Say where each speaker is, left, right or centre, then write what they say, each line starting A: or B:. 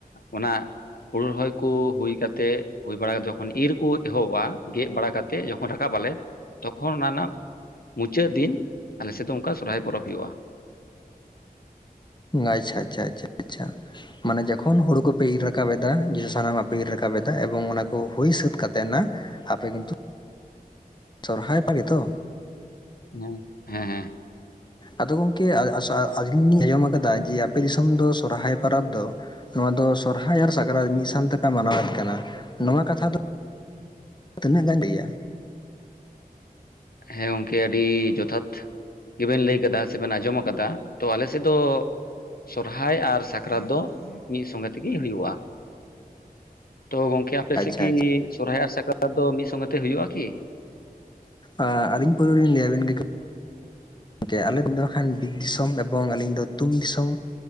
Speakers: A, on the left; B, on the left.
A: ᱚᱱᱟ ᱦᱳᱲᱳ ᱨᱚᱦᱚᱭ ᱠᱚ ᱦᱩᱭ ᱠᱟᱛᱮᱜ ᱦᱩᱭ ᱵᱟᱲᱟ ᱠᱟᱛᱮ ᱡᱚᱠᱷᱚᱱ ᱤᱨ ᱠᱚ ᱮᱦᱚᱵᱟ ᱜᱮᱜ ᱵᱟᱲᱟ ᱠᱟᱛᱮ ᱡᱚᱠᱷᱚᱱ ᱨᱟᱠᱟᱵᱟᱞᱮ ᱛᱚᱠᱷᱚᱱ ᱚᱱᱟ ᱨᱮᱱᱟᱜ ᱢᱩᱪᱟᱹᱜ ᱫᱤᱱ ᱟᱞᱮᱥᱮᱫ ᱫᱚ ᱚᱝᱠᱟ ᱥᱚᱨᱦᱟᱭ ᱯᱚᱨᱚᱵᱽ ᱦᱳᱭᱳᱜ-ᱟ
B: ᱟᱪᱪᱷᱟ ᱟᱪᱪᱷᱟ ᱟᱪᱪᱷ ᱢᱟᱱᱮ ᱡᱚᱠᱷᱚᱱ ᱦᱳᱲᱩ ᱠᱚᱯᱮ ᱤᱨ ᱨᱟᱠᱟᱵ ᱮᱫᱟ ᱡᱚᱛᱚ ᱥᱟᱱᱟᱢᱟᱜ ᱯᱮ ᱤᱨ ᱨᱟᱠᱟᱵ ᱮᱫᱟ ᱮᱵᱚᱝ ᱚᱱᱟ ᱠᱚ ᱦᱩᱭ ᱥᱟᱹᱛ ᱠᱟᱛᱮᱫ ᱱᱟ ᱦᱟᱯᱮ ᱠᱤᱱᱛᱩ ᱥᱚᱨᱦᱟᱭ ᱯᱟ ᱜᱮᱛᱚ
A: ᱦᱮᱸ ᱦᱮᱸ ᱦᱮᱸ
B: ᱟᱫᱚ ᱜᱚᱝᱠᱮ ᱟᱹᱞᱤᱧ ᱞᱤᱧ ᱟᱸᱡᱚᱢ ᱠᱟᱫᱟ ᱡᱮ ᱟᱯᱮ ᱫᱤᱥᱚᱢ ᱫᱚ ᱥᱚᱨᱦᱟᱭ ᱯᱟᱨᱟᱵᱽ ᱫᱚ ᱱᱚᱣᱟ ᱫᱚ ᱥᱚᱨᱦᱟᱭ ᱟᱨ ᱥᱟᱠᱽᱨᱟᱛ ᱢᱤᱫ ᱥᱟᱶ ᱛᱮᱯᱮ ᱢᱟᱱᱟᱣᱮᱫ ᱠᱟᱱᱟ ᱱᱚᱣᱟ ᱠᱟᱛᱷᱟ ᱫᱚ ᱛᱤᱱᱟᱹᱜ ᱜᱟᱱ ᱜᱮᱭᱟ ᱾
A: ᱦᱮᱸ ᱜᱚᱢᱠᱮ ᱟᱹᱰᱤ ᱡᱚᱛᱷᱟᱛ, ᱜᱮᱵᱮᱱ ᱞᱟᱹᱭ ᱠᱟᱫᱟ ᱥᱮᱵᱮᱱ ᱟᱸᱡᱚᱢ ᱠᱟᱫᱟ ᱛᱚ ᱟᱞᱮ ᱥᱮᱫ ᱫᱚ ᱥᱚᱨᱦᱟᱭ ᱟᱨ ᱥᱟᱠᱨᱟᱛ ᱫᱚ ᱢᱤᱫ ᱥᱚᱸᱜᱮ ᱛᱮᱜᱮ ᱦᱩᱭᱩᱜᱼᱟ ᱛᱚ ᱜᱚᱝᱠᱮ ᱟᱯᱮ
B: ᱟᱪᱪᱷᱟ
A: ᱥᱮᱫ ᱜᱮᱠᱤ
B: ᱟᱪᱪᱷᱟ
A: ᱥᱚᱨᱦᱟᱭ ᱟᱨ ᱥᱟᱠᱨᱟᱛ ᱫᱚ ᱢᱤᱫ ᱥᱚᱸᱜᱮ ᱛᱮ ᱦᱩᱭᱩᱜᱼᱟ ᱠᱤ?
B: ᱟ ᱟ. ᱞᱤᱧ ᱯᱟᱨᱤᱞᱤᱧ ᱞᱟᱹᱭᱟ ᱟᱵᱤᱱ ᱜᱮ ᱠᱮ ᱟᱞᱮ ᱫᱚ ᱵᱤᱨ ᱫᱤᱥᱚᱢ ᱮᱵᱚᱝ ᱟᱹᱞᱤᱧ ᱫᱚ ᱛᱩᱢ ᱫᱤᱥᱚᱢ